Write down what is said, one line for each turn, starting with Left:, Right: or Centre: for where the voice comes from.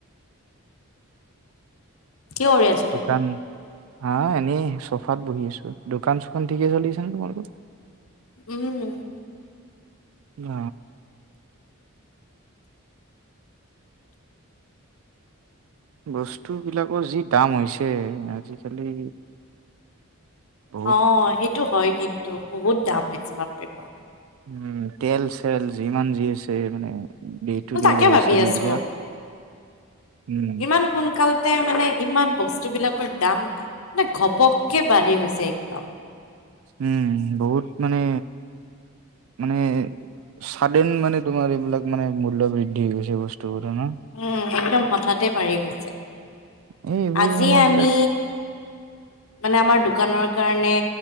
Left: কি কৰি আছ
Right: দোকান হা এনেই চফাত বহি আছো দোকান চোকান ঠিকে চলি আছে নে তোমালোকৰ
Left: উম
Right: অ বস্তু বিলাকৰ যি দাম হৈছে আজিকালি বহুত
Left: অ হেইটো হয় কিন্তু বহুত দাম হৈছে বাপৰেবাপ
Right: উম তেল চেল যিমান যি আছে মানে ডে টু
Left: মই
Right: ডে
Left: তাকে
Right: গ্ৰ'চাৰী
Left: ভাবি আছো
Right: বিলাক উম
Left: ইমান সোনকাল মানে ইমান বস্তু বিলাকৰ দাম মানে ঘপককে বাঢ়ি গৈছে একদম
Right: উম বহুত মানে মানে চাদেন মানে তোমাৰ এইবিলাক মানে মূল্য বৃদ্ধি দি গৈছে বস্তুবোৰ না
Left: উম একদম হঠাতে বাঢ়ি গৈছে
Right: এই এইবোৰ
Left: আজি
Right: মানে এইবিলাক
Left: আমি মানে আমাৰ দোকানৰ কাৰণে